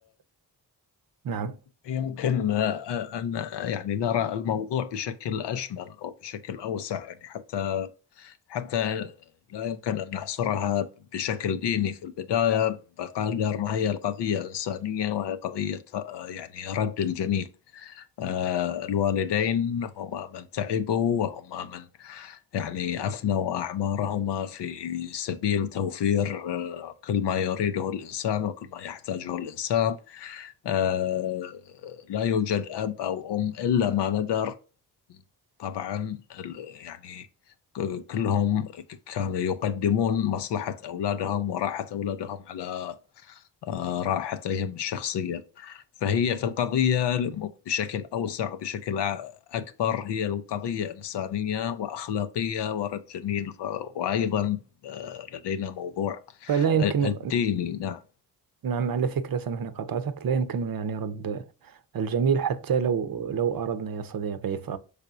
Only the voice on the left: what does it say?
يمكن آه، آه، أن آه، يعني نرى الموضوع بشكل أشمل وبشكل أوسع يعني حتى حتى لا يمكن أن نحصرها بشكل ديني في البداية بقدر ما هي القضية إنسانية وهي قضية آه، يعني رد الجميل آه، الوالدين هما من تعبوا وهما من يعني أفنوا أعمارهما في سبيل توفير آه، كل ما يريده الإنسان وكل ما يحتاجه الإنسان آه لا يوجد أب أو أم إلا ما ندر طبعا ال- يعني ك- كلهم ك- كانوا يقدمون مصلحة أولادهم وراحة أولادهم على آه، راحتهم الشخصية فهي في القضية بشكل أوسع وبشكل أ- أكبر هي القضية إنسانية وأخلاقية ورد جميل ف- وأيضا لدينا موضوع
الديني نعم